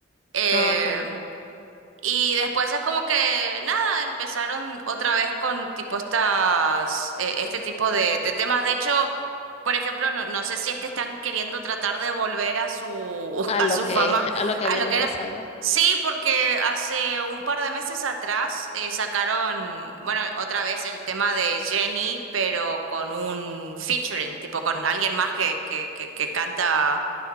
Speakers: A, on the right; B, on the left.
A: em,
B: Ajá,
A: y después es como que nada, empezaron otra vez con tipo estas, eh, este tipo de, de temas. De hecho, por ejemplo, no, no sé si es que están queriendo tratar de volver a su,
B: a
A: <laughs> a
B: lo
A: su
B: que,
A: fama,
B: a lo que
A: a
B: habían
A: lo que
B: empezado.
A: era. Sí, porque hace un par de meses atrás eh, sacaron, bueno, otra vez el tema de Jenny, pero con un featuring, tipo con alguien más que, que, que, que canta